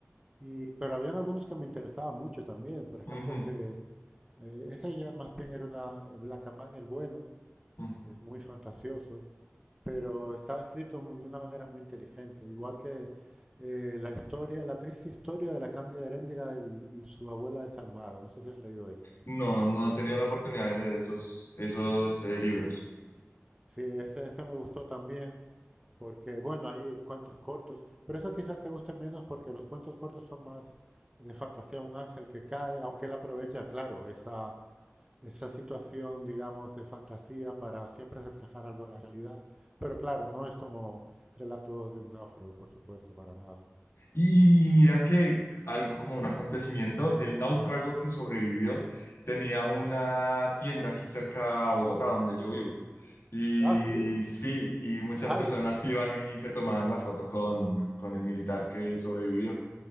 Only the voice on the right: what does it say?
y, pero habían algunos que me interesaban mucho también, por ejemplo
el de, eh, ese ya más bien era una eh, Blacamán el Bueno,
es muy fantasioso, pero estaba escrito mu- de una manera muy inteligente, igual que eh, la historia, la triste historia de la Cándida Heréndira y, y su abuela desalmada, no sé si has leído ese.
Sí, ese, ese me gustó también, porque bueno, hay cuentos cortos, pero eso quizás te guste menos porque los cuentos cortos son más de fantasía, un ángel que cae, aunque él aprovecha, claro, esa, esa situación, digamos, de fantasía para siempre reflejar algo de la realidad, pero claro, no es como relatos de un náufrago, por supuesto, para nada.
Ah, sí,
vaya,